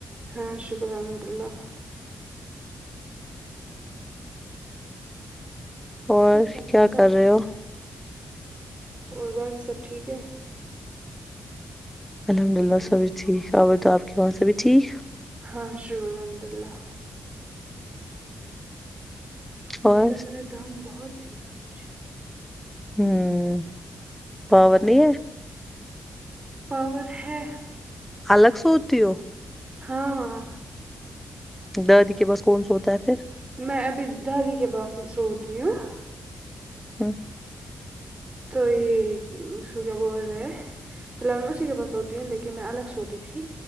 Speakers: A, on the right; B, in the centre.
A: ہاں شکر الحمد اللہ
B: اور
A: باقی
B: کیا
A: سب
B: کر رہے
A: ٹھیک
B: ہو
A: اور باکی سب ٹھیک ہے
B: الحمد للہ سبھی ٹھیک اور بتاؤ آپ کے وہاں سب بھی ٹھیک
A: ہاں شکر الحمد اللہ مجھے
B: اور
A: لگ رہا ہے دم بہت ہے آج
B: ہمم پاور نہیں ہے
A: پاور ہے
B: الگ سوتی ہو
A: ہاں ہاں
B: دادی کے پاس کون ہوتا ہے فیر
A: میں ابھی دادی کے پاس ہی سوتی ہوں
B: ہمم
A: تو یے اس میں کیا بول رہے ہیں فی الحال میں اسی کے پاس سوتی ہوں لیکن میں الگ سوتی تھی